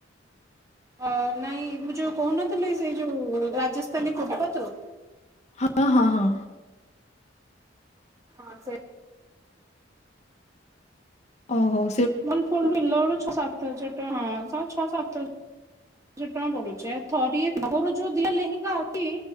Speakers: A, on the right; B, on the left.
A: ଅ ନାଇଁ ମୁଁ ଯୋଉ କହୁନଥିଲି ସେଇ ଯୋଉ ରାଜସ୍ଥାନୀ ଫୁଟପାତ୍ ରୁ
B: ହଁ ହଁ ହଁ।
A: ହଁ ସେ
B: ଅ ହୋ।
A: <unintelligible> ଛଅ ସାତ ହଜାର ଟଙ୍କା ଛଅ ସାତ ହ ହଜାର ଟଙ୍କା ପଡୁଚି। ଥରିଏ ଆମର ଯୋଉ ଦି ଟା ଲେହେଙ୍ଗା ଅଛି